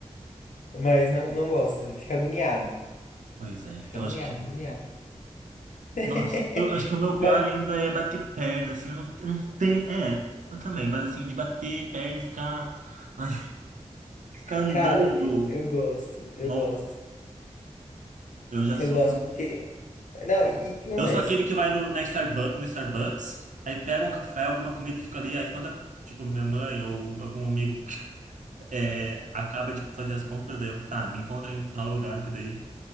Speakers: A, on the left; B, on the right.
A: Mas não, não gosta, ele fica agoniado.
B: Pois é,
A: Fica
B: então
A: agoniado,
B: acho que.
A: agoniado. <laughs>
B: Nossa, eu acho que o meu pior
A: Mas,
B: ainda é bater perna, assim, eu não, eu não tenho. É, eu também, mas assim, de bater perna e ficar. Ai, ficar andando.
A: cara, eu gosto, eu
B: No,
A: gosto.
B: eu já sou.
A: Eu gosto porque. Não, e e o que acontece?
B: Eu sou aquele que vai no, na Starbu no Starbucks, aí pega um café, alguma comida e fica ali. Aí quando, a- tipo, minha mãe ou algum amigo <laughs> é, acaba de fazer as compras, daí eu, tá, me encontra em tal lugar, que daí